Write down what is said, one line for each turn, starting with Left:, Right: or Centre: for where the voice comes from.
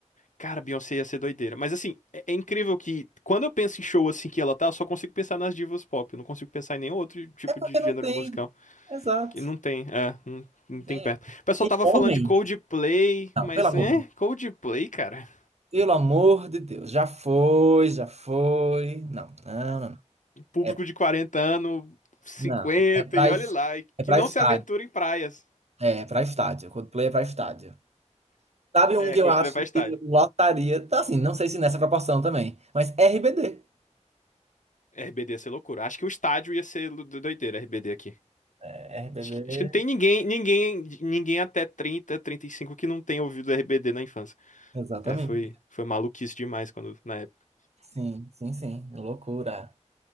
Left: Cara, Beyoncé ia ser doideira. Mas assim, é, é incrível que quando eu penso em show assim que ela tá, eu só consigo pensar nas divas pop. Eu não consigo pensar em nenhum outro tipo
Right: É porque
Left: de gênero
Right: não tem.
Left: musical.
Right: Exato.
Left: Que não tem, é, não, não
Right: Não
Left: tem
Right: tem.
Left: perto. O pessoal
Right: E
Left: tava
Right: homem?
Left: falando de Coldplay,
Right: Não,
Left: mas
Right: pelo amor.
Left: é, Coldplay, cara.
Right: Pelo amor de Deus, já foi, já foi. Não, não, não. não.
Left: Um Público
Right: É,
Left: de 40 anos, 50
Right: não, é pra,
Left: e olhe
Right: es-
Left: lá, e
Right: é
Left: que
Right: pra
Left: não
Right: estádio.
Left: se aventura em praias.
Right: É, é pra estádio. Coldplay é pra estádio. Sabe um
Left: É,
Right: que
Left: Coldplay
Right: eu acho
Left: vai estádio.
Right: que lotaria? Tá assim, não sei se nessa proporção também, mas RBD.
Left: RBD ia ser loucura. Acho que o estádio ia ser do- doideira, RBD aqui.
Right: É, RBD.
Left: Acho que, acho que não tem ninguém, ninguém, ninguém até trinta, trinta e cinco que não tenha ouvido RBD na infância.
Right: Exatamente.
Left: É, foi, foi maluquice demais quando, na época.
Right: Sim, sim, sim. Loucura.